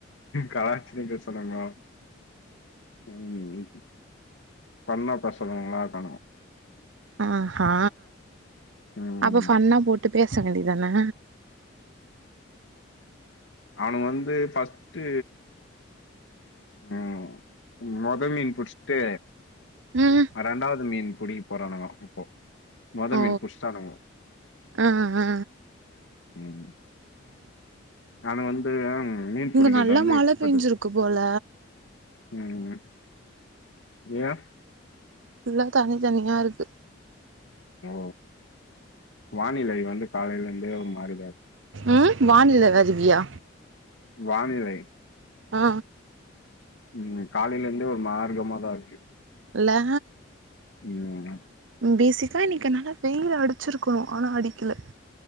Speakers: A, on the left; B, on the right.
A: கலாய்ச் <unintelligible> பேச சொன்னாங்களா ம் ஃபன்னா பேசறவங்களா இருக்கானுங்கோ
B: அ ஆ
A: ம்
B: அப்ப ஃபண்ணா போட் போய் பேச வேண்டி தானே
A: அவனு வந்து ஃபஸ்ட்டு ம் மொத மீன் புச்ட்டு
B: ம்
A: ரெண்டாவது மீன் புடிக்க போறானுங்கோ இப்போ மதமின்
B: ஓ
A: புஷ்ட்டானுங்கோ
B: ஆ ஆ
A: ம் ஆனா வந்து மீன் பிடிக்கறதுல
B: இங்க நல்லா
A: வந்து
B: மழ
A: எக்ஸ்பர்ட்டு
B: பெஞ்சிருக்கு போல
A: ம் ஏ
B: ஃபுல்லா தண்ணி தண்ணியா இருக்கு
A: ஓ வானிலை வந்து காலையில இருந்தே ஒரு மாரிதா இருக்கு
B: ம் வானில வருவியா
A: வானிலை
B: ஆ
A: ம் காலையில இருந்தே ஒரு மார்க்கமாதா இருக்கு
B: இல்லா
A: ம்
B: பேசிக்கா இன்னிக்கு நல்லா வெயில் அடிச்சிருக்கணும் ஆனா அடிக்கல